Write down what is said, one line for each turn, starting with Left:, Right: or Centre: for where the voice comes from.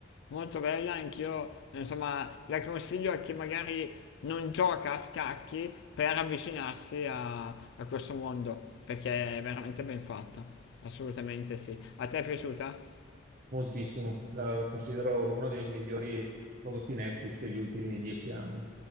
Left: molto bella, anch'io, insomma, la consiglio a chi magari non gioca a scacchi per avvicinarsi a, a questo mondo, perché è veramente ben fatta, assolutamente sì. A te è piaciuta?
Right: Moltissimo. La, la considero uno dei migliori prodotti Netflix degli ultimi dieci anni.